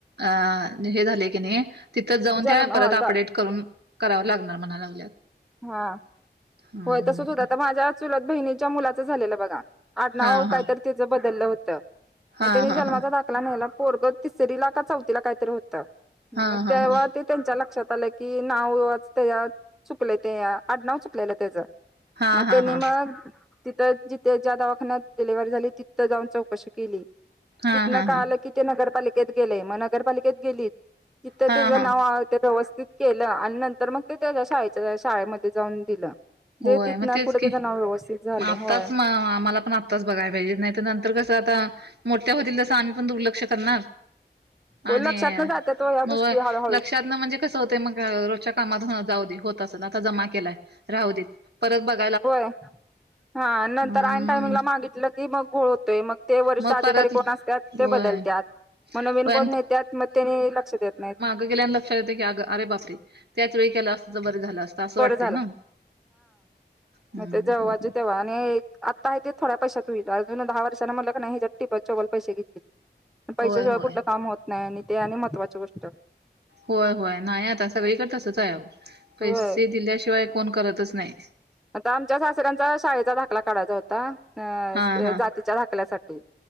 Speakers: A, on the right; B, in the centre.
A: अं हे झाले की नी तिथं जाऊन
B: जन्म
A: त्या
B: ह
A: परत अपडेट
B: द
A: करून करावं लागणार म्हणा लागल्यात
B: हा
A: हम्म
B: होय तसच
A: हम्म
B: होतं आता माझ्या चुलत बहिणीच्या मुलाचं झालेलं बघा. आडनावा
A: हा हा
B: कायतर तिचं बदल होतं
A: हा
B: म त्यानी
A: हा
B: जन्माचा
A: हा
B: दाखला नेला पोरग तिसरीला का चौथीला कायतरी होत
A: हा
B: म
A: हा
B: तेव्हा
A: हा
B: तेच्या लक्षात आलं की नाव वाच तय ह्यात. चुकले ते आडनाव चुकलेलं तेज
A: हा
B: मग
A: हा
B: त्यांनी
A: हा
B: मग तिथं जिथे ज्या दवाखान्यात डिलिव्ही झाली तिथं जाऊन चौकशी केली
A: हा
B: तिथनं
A: हा
B: काळ
A: हा
B: आलं तिथे नगरपालिकेत गेले मग नगरपालिकेत गेलीत तिथं
A: हा
B: तेज
A: हा
B: नाव <unintelligible> व्यवस्थित केल आणि नंतर मग तेजा शाळेच्या शाळेमध्ये जाऊन दिलं.
A: होय
B: ते तिथनं
A: मग तेच
B: पुढे त्याचं
A: की
B: नाव व्यवस्थित झालं
A: आत्ताच
B: होय
A: म आम्हाला पण आ त बघायला पाहिजे नाइ तर नंतर कसं आता मोठ्या होतील तसं आम्ही पण दुर्लक्ष करणार.
B: हो
A: आणि
B: लक्षात न जात्यात ओ ह्या
A: म
B: गोष्टी
A: व
B: हळूहळू
A: लक्षात म्हणजे कस होतंय रोजच्या कामात जाऊदे होत असलं आता जमा केलाय राहुदेत परत बघ
B: होय हा नंतर
A: मग
B: आइन टायमिंगला मागितलं की मग घोळ होतोय मग ते वरिष्ठ
A: मग
B: अधिकारी
A: परत
B: कोण असत्यात ते
A: होय
B: बदलत्यात म नवीन
A: होय
B: कोण येत्यात म त्येनी लक्ष देत नाइत.
A: गं गेल्या लक्षात येत्यय की अग अरे बापरे त्याच वेळी केल असत तर बर झालं असत असं
B: बरं
A: वाटतय ना. हम्म
B: म ते जेव्हाच
A: हम्म
B: तेव्हा आणि एक आता आहे ते थोड्या पैशात होईल अजून दहा वर्षांन म्हणलं का नाय हेजा टिबल चोबल पैसे घेतील. पण पैस्या
A: होय
B: शिवाय
A: होय
B: कुठलं काम होत नाय आणि ते आणि महत्वाची गोष्ट
A: होय होय नाही आता सगळीकडे तसचं आहे आहो पैसे
B: होय
A: दिल्याशिवाय कोन करतच नाइ.
B: आता आमच्या सासऱ्यांचा शाळेचा दाखला काढायचा होता अं
A: हा हा
B: जातीच्या दाखल्यासाठी